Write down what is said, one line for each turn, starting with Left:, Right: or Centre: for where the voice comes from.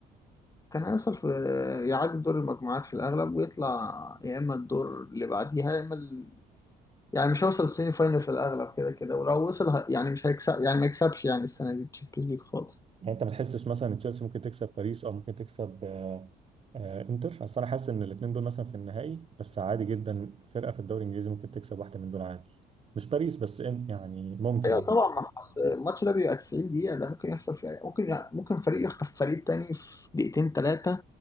Left: كان هيوصل في يعدي دور المجموعات في الأغلب ويطلع يا إما الدور اللي بعديها يا إما ال... يعني مش هيوصل السيمي فاينل في الأغلب كده كده ولو وصل ه... يعني مش هيكسب يعني ما يكسبش يعني السنة دي الشامبيونز ليج خالص
Right: يعني انت ما تحسش مثلا ان تشيلسي ممكن تكسب باريس او ممكن تكسب آه، انتر اصل انا حاسس ان الاثنين دول مثلا في النهائي بس عادي جدا فرقه في الدوري الانجليزي ممكن تكسب واحده من دول عادي مش باريس بس إن- يعني ممكن
Left: ايوه
Right: عادي
Left: طبعا ما حص- الماتش ده بيبقى 90 دقيقة ده ممكن يحصل فيها ممكن ممكن فريق يخطف فريق تاني في دقيقتين تلاتة